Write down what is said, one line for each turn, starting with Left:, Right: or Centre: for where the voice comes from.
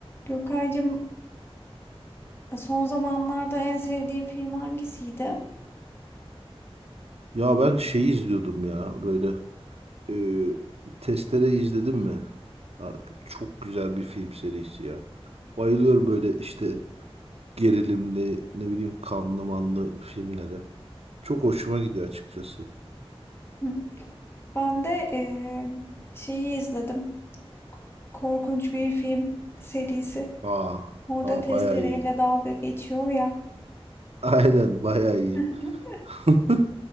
Left: Gökaycığım son zamanlarda en sevdiğin film hangisiydi?
Right: Ya ben şeyi izliyordum ya böyle e, Testere izledim mi? Ha, çok güzel bir film serisi ya. Bayılıyorum böyle işte gerilimli ne bileyim kanlı manlı filmlere. Çok hoşuma gidiyor açıkçası.
Left: Hı. Ben de eee, şeyi izledim. Korkunç bir film serisi.
Right: Aa,
Left: Orada
Right: aa
Left: testereyle
Right: bayağı iyi.
Left: dalga geçiyor ya.
Right: <laughs> Aynen bayağı iyi.
Left: <laughs>
Right: <laughs>